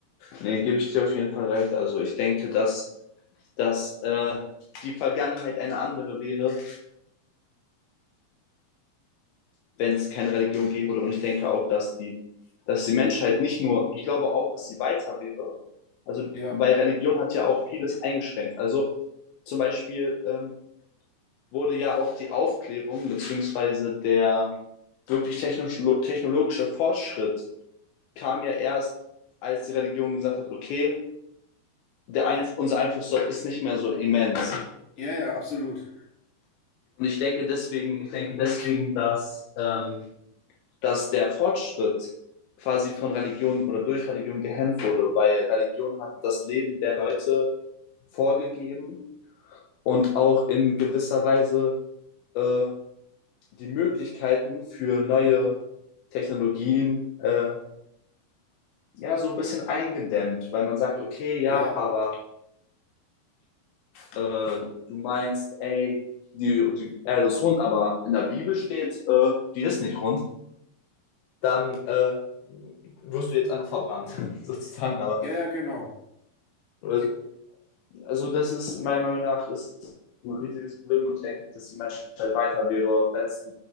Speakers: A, on the left; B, on the left.
A: Nee, gebe ich dir auf jeden Fall recht. Also ich denke, dass dass äh, die Vergangenheit eine andere wäre, wenn es keine Religion geben würde. Und ich denke auch, dass die, dass die Menschheit nicht nur, ich glaube auch, dass sie weiter wäre. Also,
B: Ja,
A: weil Religion hat ja auch vieles eingeschränkt. Also zum Beispiel ähm, wurde ja auch die Aufklärung beziehungsweise der wirklich technisch, technologische Fortschritt kam ja erst, als die Religion gesagt hat, okay, der Einf unser Einfluss ist nicht mehr so immens.
B: ja, ja, absolut.
A: Und ich denke deswegen, ich denke deswegen, dass ähm, dass der Fortschritt quasi von Religion oder durch Religion gehemmt wurde, weil Religion hat das Leben der Leute vorgegeben und auch in gewisser Weise äh, die Möglichkeiten für neue Technologien äh, ja so ein bisschen eingedämmt, weil man sagt, okay, ja,
B: Ja,
A: aber äh, du meinst, ey, die, die Erde ist rund, aber in der Bibel steht, äh, die ist nicht rund, dann äh, wirst du jetzt einfach verbrannt, <laughs> sozusagen. Aber
B: ja, ja, genau.
A: äh, Also das ist meiner Meinung nach ist ein riesiges Problem und ich denke, dass die Menschheit weiter wäre, wenn es